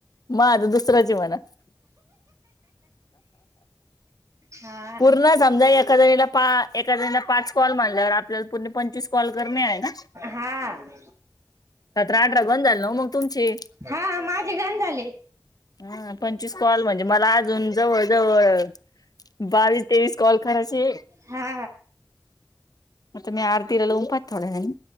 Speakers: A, on the left; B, on the right.
A: माझा दुसऱ्याचय म्हणा.
B: हा
A: पूर्ण समजा एका जणीला एका जणीला पाच कॉल मानल्यावर आपल्याला पूर्ण पंचवीस कॉल करणे आहे ना.
B: हां
A: सतरा अठरा गण झाले ना मग तुमचे
B: हा माझे घण झाले
A: हा पंचवीस कॉल म्हणजे मला अजून जवळ जवळ बावीस तेवीस कॉल करायची
B: हा
A: आता मी आरतीला लाऊन पाहते थोडा वेळाने